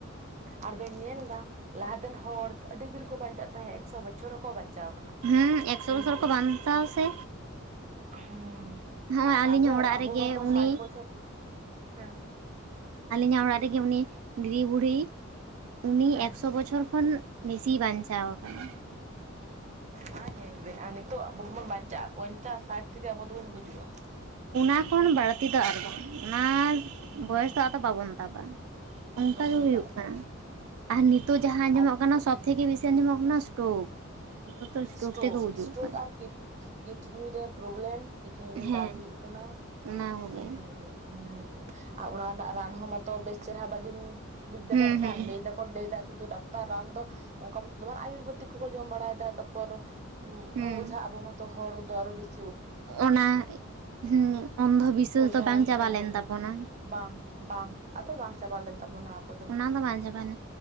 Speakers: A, on the right; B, on the right.
A: ᱟᱨᱵᱮᱱ ᱧᱮᱞ ᱫᱟ ᱞᱟᱦᱟᱛᱮᱱ ᱦᱚᱲ ᱟᱰᱤ ᱫᱤᱱ ᱠᱚ ᱵᱟᱧᱪᱟᱜ ᱛᱟᱦᱮᱸ ᱮᱠᱥᱚ ᱵᱚᱪᱷᱚᱨ ᱦᱚᱸᱠᱚ ᱵᱟᱧᱪᱟᱣ ᱟᱠᱟᱱᱟ
B: ᱦᱩᱸ ᱮᱠᱥᱚ
A: ᱠᱤᱱᱛᱩ
B: ᱵᱚᱪᱷᱚᱨ ᱠᱚ ᱵᱟᱱᱪᱟᱣ ᱥᱮ
A: ᱦᱮᱸ
B: ᱱᱚᱜᱼᱚᱭ
A: ᱟᱨ
B: ᱟᱹᱞᱤᱧᱟᱜ
A: ᱟᱵᱚ
B: ᱚᱲᱟᱜ
A: ᱟᱵᱚ
B: ᱨᱮᱜᱮ
A: ᱢᱟᱛᱚ
B: ᱩᱱᱤ
A: ᱥᱟᱴ ᱵᱚᱪᱷᱚᱨ ᱦᱮᱸ
B: ᱟᱹᱞᱤᱧᱟᱜ ᱚᱲᱟᱜ ᱨᱮᱜᱮ ᱩᱱᱤ ᱫᱤᱫᱤ ᱵᱩᱲᱦᱤ ᱩᱱᱤ
A: ᱦᱮᱸ
B: ᱮᱠᱥᱚ ᱵᱚᱪᱷᱚᱨ ᱠᱷᱚᱱ ᱵᱮᱥᱤᱭ ᱵᱟᱧᱪᱟᱣ ᱟᱠᱟᱱᱟ ᱾
A: ᱢᱟ ᱧᱮᱞ ᱵᱮᱤᱱ ᱟᱨ ᱱᱤᱛᱳᱜ ᱟᱵᱚ ᱵᱚᱱ ᱵᱟᱧᱪᱟᱜᱼᱟ ᱯᱚᱧᱪᱟ ᱥᱟᱴ ᱛᱮᱜᱮ ᱟᱵᱚ ᱫᱚᱵᱚᱱ ᱜᱩᱡᱩᱜᱼᱟ ᱾
B: ᱚᱱᱟ ᱠᱷᱚᱱ ᱵᱟᱹᱲᱛᱤ ᱫᱚ ᱟᱨ ᱵᱟᱝ ᱚᱱᱟ
A: ᱩᱸᱦᱩᱜ
B: ᱵᱚᱭᱮᱥ ᱫᱚ ᱟᱫᱚ ᱵᱟᱵᱚᱱ ᱛᱟᱵᱟ ᱾ ᱚᱱᱠᱟᱜᱮ
A: ᱵᱟᱵᱚᱱ
B: ᱦᱩᱭᱩᱜ
A: ᱛᱟᱜ ᱮᱫᱟ
B: ᱠᱟᱱᱟ ᱟᱨ ᱱᱤᱛᱚᱜ ᱡᱟᱦᱟᱸ ᱟᱸᱡᱚᱢᱚᱜ
A: ᱟᱨ
B: ᱠᱟᱱᱟ ᱥᱚᱵ ᱛᱷᱮᱠᱮ ᱵᱤᱥᱤ ᱟᱸᱡᱚᱢᱚᱜ
A: ᱦᱮᱸ
B: ᱠᱟᱱᱟ ᱥᱴᱳᱠ ᱡᱚᱛᱚ ᱛᱚ
A: ᱥᱴᱳᱠ
B: ᱛᱮᱠᱚ ᱜᱩᱡᱩᱜ
A: ᱥᱴᱳᱠ
B: ᱠᱟᱱᱟ
A: ᱟᱨ ᱠᱤᱰᱱᱤᱨ ᱨᱮ ᱯᱨᱚᱵᱞᱮᱢ ᱠᱤᱰᱱᱤᱨ ᱨᱮ
B: ᱦᱮᱸ
A: ᱫᱟᱜᱽ ᱦᱩᱭᱩᱜ ᱠᱟᱱᱟ,
B: ᱚᱱᱟ ᱠᱚᱜᱮ
A: ᱤᱱᱟᱹᱜᱮ ᱤᱱᱟᱹᱜᱮ ᱟᱨ ᱚᱱᱟ ᱨᱮᱱᱟᱜ ᱨᱟᱱ ᱦᱚᱸ ᱢᱟᱛᱚ ᱵᱮᱥ ᱪᱮᱨᱦᱨᱟ ᱵᱟᱹᱞᱤᱧ ᱵᱩᱡᱫᱟᱲᱮᱭᱟᱜ
B: ᱦᱩᱸ ᱦᱩᱸ
A: ᱠᱟᱱ ᱞᱟᱹᱭᱫᱟᱢ ᱠᱚ ᱞᱟᱹᱭᱫᱟ ᱠᱤᱱᱛᱩ ᱰᱟᱠᱛᱟᱨ ᱨᱟᱱ ᱫᱚ ᱚᱱᱠᱟ ᱡᱮᱢᱚᱱ ᱟᱭᱩᱨᱵᱮᱫᱤᱠ ᱠᱚᱠᱚ ᱡᱚᱢ ᱵᱟᱲᱟᱭᱮᱫᱟ ᱛᱟᱨᱯᱚᱨ ᱢᱢ
B: ᱦᱩᱸ
A: ᱚᱡᱷᱟ ᱟᱵᱚ ᱢᱟᱛᱚ ᱦᱚᱲ ᱫᱚ ᱟᱨᱚ ᱵᱤᱥᱤ
B: ᱚᱱᱟ ᱦᱢ ᱚᱱᱫᱷᱚ ᱵᱤᱥᱟᱹᱥ
A: ᱚᱡᱷᱟ
B: ᱫᱚ ᱵᱟᱝ
A: ᱨᱟᱱ ᱠᱚᱠᱚ
B: ᱪᱟᱵᱟ
A: ᱡᱚᱢ
B: ᱞᱮᱱ
A: ᱮᱫᱟ
B: ᱛᱟᱵᱚᱱᱟ ᱾
A: ᱵᱟᱝ ᱵᱟᱝ ᱟᱫᱚ ᱵᱟᱝ ᱪᱟᱵᱟ ᱞᱮᱱ ᱛᱟᱵᱚᱱᱟ ᱟᱵᱚ ᱫᱚ ᱾
B: ᱚᱱᱟ ᱫᱚ ᱵᱟᱝ ᱪᱟᱵᱟ ᱞᱮᱱᱟ,